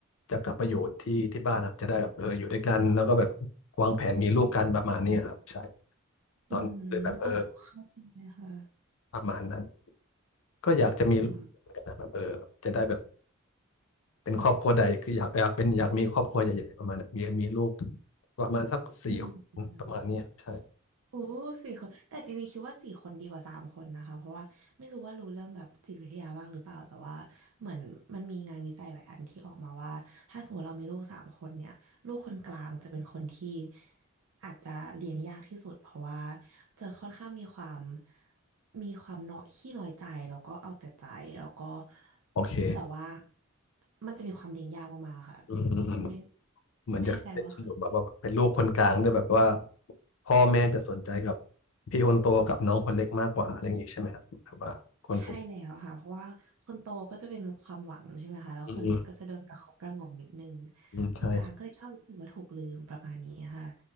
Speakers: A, on the left (about 65°); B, on the right (about 75°).
A: จะกลับไปอยู่ที่ที่บ้านครับจะได้แบบเอออยู่ด้วยกันแล้วก็แบบวางแผนมีลูกกันประมาณนี้ครับใช่
B: อืมอ๋อเข้าใจค่ะ
A: ตอนนี้คือแบบเออประมาณนั้นก็อยากจะมีลูกเหมือนกันนะแบบเออจะได้แบบ
B: อืม
A: เป็นครอบครัวใดคืออยากอยากเป็นอยากมีครอบครัวใหญ่ๆประมาณนั้นมีมีลูกประมาณสักสี่คนประมาณเนี้ยใช่
B: อืม โอ้สี่คนแต่จริงๆคิดว่าสี่คนดีกว่าสามคนนะคะเพราะว่าไม่รู้ว่ารู้เรื่องแบบจิตวิทยาบ้างหรือเปล่าแต่ว่าเหมือนมันมีงานวิจัยหลายอันที่ออกมาว่าถ้าสมมติเรามีลูกสามคนเนี่ยลูกคนกลางจะเป็นคนที่อาจจะเลี้ยงยากที่สุดเพราะว่าจะค่อนข้างมีความมีความเนาะขี้น้อยใจแล้วก็เอาแต่ใจแล้วก็
A: โอเค
B: แต่ว่ามันจะมีความเลี้ยงยากมากๆค่ะแต่ไม่
A: อืม เหมือนจะได้ยินอยู่แบบว่าเป็นลูกคนกลางด้วยแบบว่า
B: ไม่แน่ใจว่าเคย
A: พ่อแม่จะสนใจกับพี่คนโตกับน้องคนเล็กมากกว่าอะไรอย่างนี้ใช่ไหมครับแบบว่าคนกลุ่ม
B: ใช่แล้วค่ะเพราะว่าคนโตก็จะเป็นความหวังใช่ไหมคะแล้วคนเล็กก็จะโดนประคบประหงมนิดนึง
A: อืมอืมอืมใช่
B: คนกลางก็เลยชอบรู้สึกว่าถูกลืมประมาณนี้ค่ะ